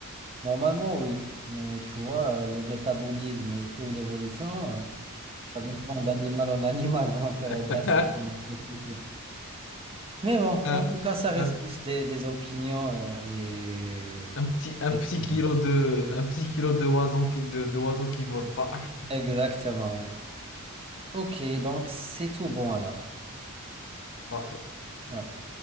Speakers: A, on the right (about 25°); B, on the left (about 60°).
A: Normalement, oui, mais tu vois, euh, le métabolisme et toute l'évolution, euh, ça dépend d'animal en animal, <laughs> donc euh,
B: <laughs>
A: d'insecte en insecte et tout. Mais bon, en
B: un,
A: tout cas, ça reste
B: un
A: juste des, des opinions euh, et
B: Un petit, un
A: des
B: petit
A: préférences.
B: kilo de, un petit kilo de oiseau, qui- de, de oiseau qui vole pas. <laughs>
A: Exactement, oui. Ok, donc c'est tout bon alors.
B: Parfait.
A: Ouais.